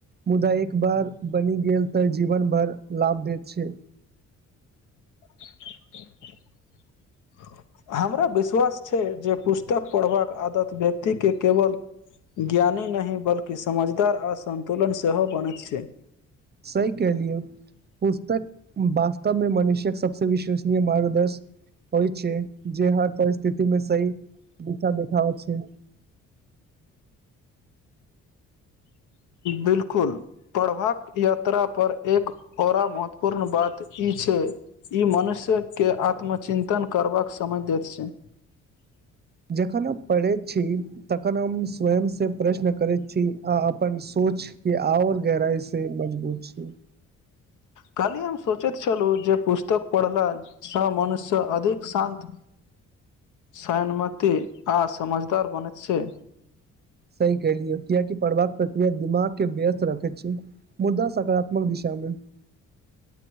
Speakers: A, on the right; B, on the left.
A: मुदा एक बार बनि गेल तऽ जीवन भार लाभ दैत छै
B: <unintelligible> हमरा विश्वास छै जे पुस्तकऽ पढ़बाकऽ आदत व्यक्तिके केवल ज्ञानी नहि बल्कि समझदार आ सन्तुलन सेहो बनैत छै।
A: सही कहलियै। पुस्तक वास्तवमे मनुष्य्यक सभसँ विश्वसनीय मार्गदर्श होई छै जे हर परिस्थिति मे सही दिशा देखाबे छै
B: बिल्कूल प्रभात यात्रा पर एक और महत्वपूर्ण बात ई छै ई मनुष्यके आत्मचिन्तन करबाकऽ समय दैत छै
A: जखन हम पढ़ैत छी तखन हम स्वय से प्रश्न करैत छी आ अपन सोच के आर गहराई से मजबूत छी
B: खाली हम सोचैत छलहुँ जे पुस्तक पढ़नाई सँ मनुष्य अधिक शांत सयनमति आ समझदार बनेत छै
A: सही कलियै कियकि पढ़बाकऽ प्रक्रिया दिमाग के व्यस्त रखैत छियै मुद्दा सकारात्मक दिशा मे